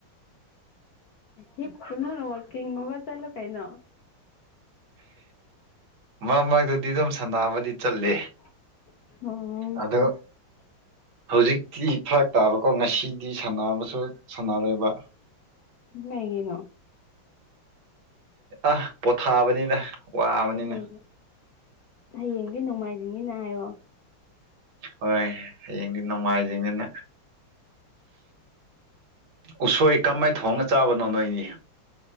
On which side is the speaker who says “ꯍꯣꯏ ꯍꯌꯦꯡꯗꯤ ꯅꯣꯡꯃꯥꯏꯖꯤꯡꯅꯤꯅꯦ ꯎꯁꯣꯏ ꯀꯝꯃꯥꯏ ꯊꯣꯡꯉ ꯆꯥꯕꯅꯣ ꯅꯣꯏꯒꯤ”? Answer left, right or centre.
Right